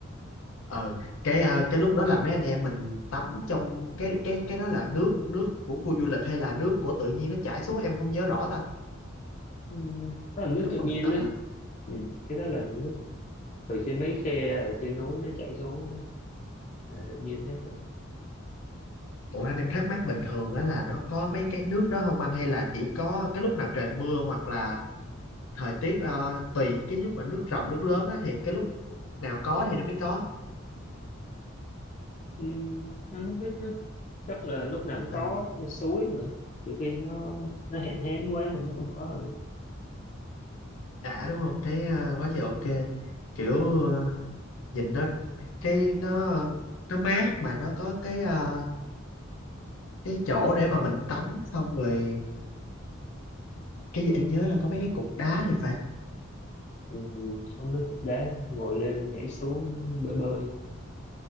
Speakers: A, on the left; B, on the left.
A: ờ cái à, cái lúc đó là mấy anh em mình tắm trong cái cái cái đó là nước nước của khu du lịch hay là nước của tự nhiên nó chảy xuống em không nhớ rõ ta
B: ừ. đó là nước
A: cái lúc
B: tự
A: mà
B: nhiên
A: mình tắm
B: đó
A: á
B: ừ. cái đó là nước từ trên mấy khe ở trên núi nó chảy xuống đó. Là tự nhiên hết
A: ủa anh em thắc mắc bình thường á là nó có mấy cái nước đó không anh hay là chỉ có cái lúc nào trời mưa hoặc là thời tiết à, tùy cái lúc mà nước ròng nước lớn á thì cái lúc nào có thì nó mới có
B: Ừ, anh không biết nữa. Chắc là lúc nào cũng có
A: ừ,
B: cái suối mà trừ khi nó nó hạn hán quá thì nó không có rồi
A: đã đúng không thấy ờ, quá trời ok kiểu ờ, nhìn nó cái nó nó mát mà nó có cái ờ, cái chỗ để mà mình tắm xong rồi cái gì em nhớ là có mấy cái cục đá thì phải
B: ừ, ừ. có mấy cục đá ngồi lên nhảy xuống bơi bơi